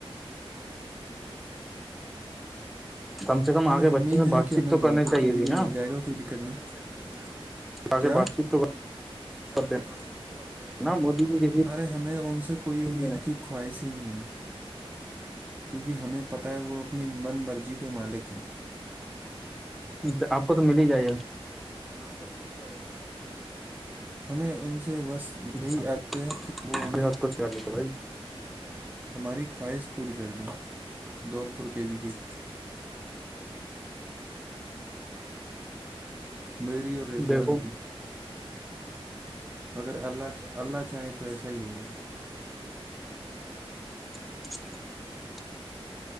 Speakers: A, in the centre; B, on the right.
A: کم سے کم
B: ہمیں
A: آگے
B: امید
A: بچوں میں
B: ہے
A: بات
B: کہ
A: چیت
B: ہمیں
A: تو
B: دولپور
A: کرنی چاہیے
B: کے بی
A: تھی
B: کے
A: نا
B: مل جائے گا کوئی دقت نہیں
A: آگے
B: کیا
A: بات چیت تو کرتے
B: اگے بات
A: نا مودی جی
B: ارے ہمیں ان سے کوئی
A: کسی
B: امید کی خواہش ہی نہیں ہے کیونکہ ہمیں پتہ ہے وہ اپنی من مرضی کے مالک ہیں
A: تو آپ کو تو مل ہی جائے گا
B: آپ کو تو مل ہی جائے گا ہمیں ان سے بس یہی
A: اچھا
B: عرض ہے کہ وہ ہمیں
A: پھر آپ کچھ کر لیتے بھائی
B: ہماری خواہش پوری کر دیں دول پور کے وی کے کی میری اور رضوان
A: دیکھو
B: کی اگر اللہ اللہ چاہیں تو ایسا ہی ہوگا
A: <unintelligible>